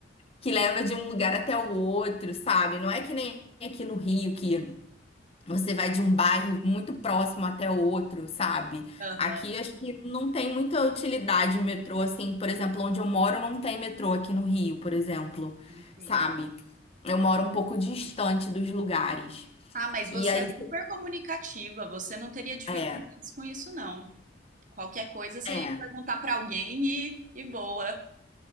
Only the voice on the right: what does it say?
Aham,
enfim.
Ah, mas você
é super comunicativa, você não teria dificuldades
com isso, não. Qualquer coisa você
ia perguntar pra alguém e, e boa.